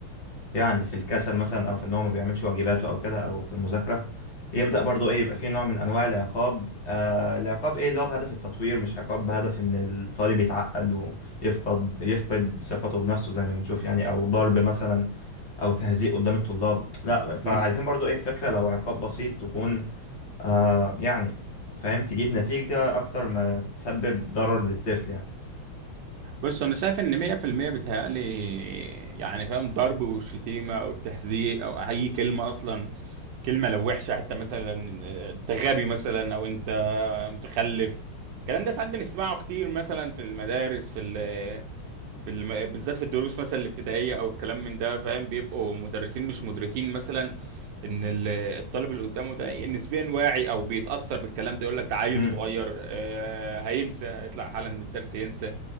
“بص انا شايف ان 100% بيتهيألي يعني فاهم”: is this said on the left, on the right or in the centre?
Right